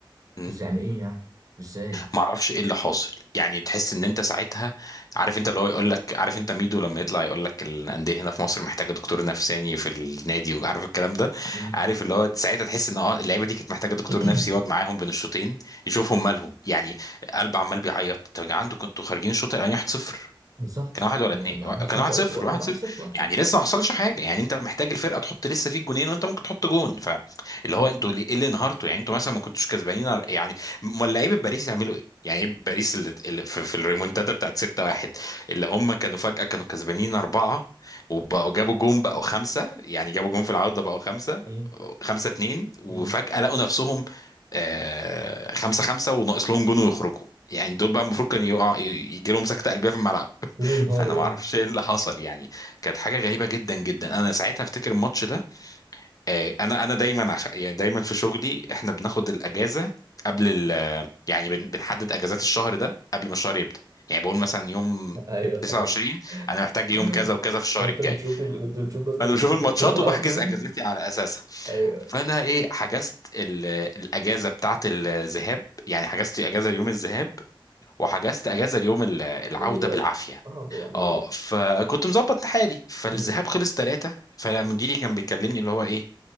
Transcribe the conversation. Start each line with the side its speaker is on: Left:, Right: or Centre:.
Left: مم.
Right: بس يعني ايه يعني ازاي
Left: معرفش ايه اللي حاصل يعني تحس ان انت ساعتها عارف انت اللي هو يقول لك عارف انت ميدو لما يطلع يقول لك الانديه هنا في مصر محتاجه دكتور نفساني في النادي وعارف الكلام ده
Right: مم.
Left: عارف اللي هو ساعتها تحس ان اه اللعيبه دي كانت محتاجه دكتور
Right: <clears throat>
Left: نفسي يقعد معاهم بين الشوطين يشوفهم مالهم يعني قلب عمال بيعيط طب يا جدعان انتوا كنتوا خارجين الشوط الاولاني 1-0
Right: بالظبط
Left: كان واحد ولا
Right: أنا
Left: اتنين
Right: ما
Left: وا-
Right: ما حصلش
Left: كان واحد
Right: اي
Left: صفر
Right: هو
Left: واحد
Right: كان 1
Left: صفر
Right: 0 1
Left: يعني
Right: 0
Left: لسه ما حصلش حاجه يعني انت محتاج الفرقه تحط لسه فيك جونين وانت ممكن تحط جون فاللي
Right: مم.
Left: هو انتوا ليه- ايه اللي انهارتوا يعني انتوا مثلا ما كنتوش كسبانين أر- يعني امال لعيبه باريس يعملوا ايه؟ يعني ايه باريس اللي اللي في, في الريمونتادا بتاعت 6-1 اللي هم كانوا فجاه كانوا كسبانين اربعه وبقوا جابوا جون بقوا خمسه يعني جابوا جون في العوده بقوا خمسه
Right: مم.
Left: خمسه اتنين وفجاه
Right: مم.
Left: لقوا نفسهم آه، خمسة خمسة وناقص لهم جون ويخرجوا يعني دول بقى المفروض كان يقع يجي لهم سكتة قلبية في الملعب
Right: دول انهاروا
Left: فانا ما اعرفش ايه اللي حصل يعني كانت حاجه غريبه جدا جدا انا ساعتها افتكر الماتش ده آه، انا انا دايما عشان يعني دايما في شغلي احنا بناخد الاجازه قبل ال يعني بن- بنحدد اجازات الشهر ده قبل ما الشهر يبدا يعني بقول مثلا يوم
Right: اه ايوه
Left: 29
Right: ايوه
Left: انا محتاج
Right: <laughs>
Left: يوم كذا وكذا في الشهر
Right: فانت
Left: الجاي
Right: بتشوف ال... انت بتشوف مثلا
Left: فانا بشوف الماتشات
Right: ماتشات الابطال
Left: وبحجز اجازتي على اساسها
Right: ايوه
Left: فانا ايه حجزت ال- الاجازه بتاعت الذهاب يعني حجزت اجازه ليوم الذهاب وحجزت اجازه اليوم ال- العوده
Right: الاياب
Left: بالعافيه
Right: اه ب- يعني
Left: اه فكنت مظبط حالي فالذهاب
Right: مم.
Left: خلص ثلاثة فمديري كان بيكلمني اللي هو ايه